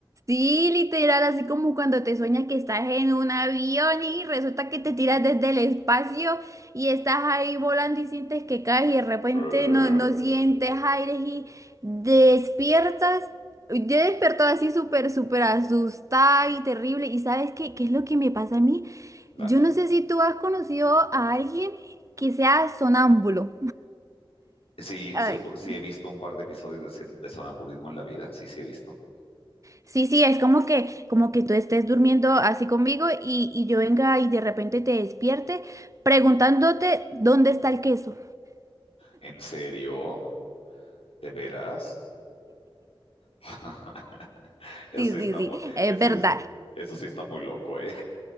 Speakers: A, on the right; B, on the left.
A: Sí, literal, así como cuando te sueñas que estás en un avión y resulta que te tiras desde el espacio y estás ahí volando y sientes que caes y de repente
B: Eh,
A: no, no sientes aire y despiertas. Yo despertó así súper, súper asustada y terrible. ¿Y sabes qué, qué es lo que me pasa a mí?
B: Grande.
A: Yo no sé si tú has conocido a alguien que sea sonámbulo.
B: Sí,
A: <laughs>
B: sí, cu- sí he visto un par de episodios de, sin- de sonambulismo en la vida, sí, sí he visto.
A: Sí, sí, es como que, como que tú estés durmiendo así conmigo y, y yo venga y de repente te despierte preguntándote dónde está el queso.
B: ¿En serio? ¿De veras? <laughs> Eso
A: Sí,
B: sí está
A: sí, sí,
B: muy,
A: es
B: eso
A: verdad.
B: sí- eso sí está muy loco, ¿eh?